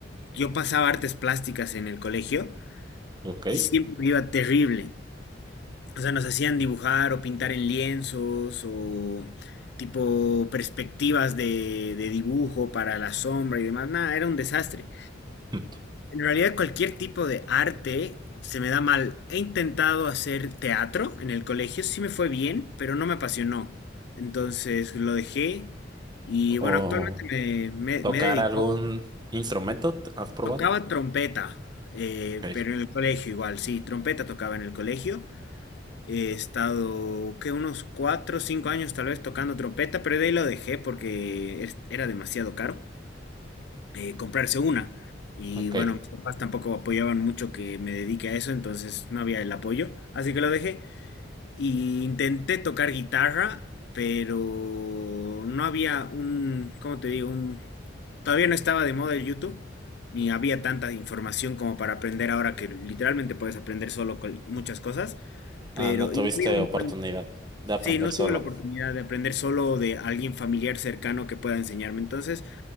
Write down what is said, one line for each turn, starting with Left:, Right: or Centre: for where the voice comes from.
Left: Yo pasaba artes plásticas en el colegio
Right: Ok.
Left: y siempre me iba terrible. O sea, nos hacían dibujar o pintar en lienzos o tipo perspectivas de, de dibujo para la sombra y demás. Nada, era un desastre.
Right: Mm.
Left: En realidad cualquier tipo de arte se me da mal. He intentado hacer teatro en el colegio, sí me fue bien, pero no me apasionó. Entonces lo dejé y
Right: ¿O
Left: bueno, actualmente me, me,
Right: tocar
Left: me he dedicado
Right: algún instrumento? ¿T- ¿Has probado?
Left: Tocaba trompeta, eh,
Right: Ok.
Left: pero en el colegio igual, sí, trompeta tocaba en el colegio. He estado, que Unos cuatro o cinco años tal vez tocando trompeta, pero de ahí lo dejé porque es- era demasiado caro eh, comprarse una. Y
Right: Ok.
Left: bueno, mis papás tampoco apoyaban mucho que me dedique a eso, entonces no había el apoyo, así que lo dejé. Y intenté tocar guitarra, pero no había un, ¿cómo te digo? Un, todavía no estaba de moda el YouTube, ni había tanta información como para aprender ahora que literalmente puedes aprender solo con muchas cosas, pero
Right: Ah, no tuviste
Left: y no había un
Right: oportunidad
Left: buen...
Right: de
Left: Sí,
Right: aprender
Left: no
Right: solo.
Left: tuve la oportunidad de aprender solo de alguien familiar cercano que pueda enseñarme, entonces